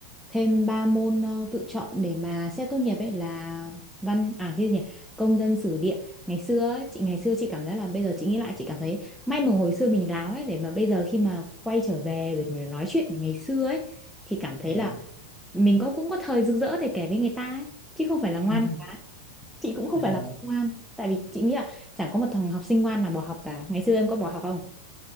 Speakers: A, in the centre; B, on the left.
A: thêm 3 môn ờ, tự chọn để mà xét tốt nghiệp ấy là văn à cái gì nhỉ công dân sử địa ngày xưa ấy, chị ngày xưa chị cảm giác là bây giờ chị nghĩ lại chị cảm thấy may mà hồi xưa mình láo ấy để mà bây giờ khi mà quay trở về để mà nói chuyện ngày xưa ấy thì cảm thấy
B: dạ
A: là mình có cũng có thời rực rỡ để kể với người ta ấy chứ không phải là ngoan
B: <laughs>
A: quá chị cũng không
B: dạ.
A: phải là học sinh ngoan tại vì chị nghĩ là chẳng có một thằng học sinh ngoan nào bỏ học cả ngày xưa em có bỏ học không